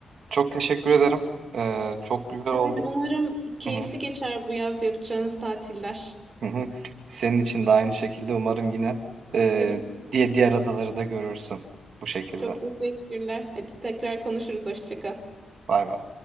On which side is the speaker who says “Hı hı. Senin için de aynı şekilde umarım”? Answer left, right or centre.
Right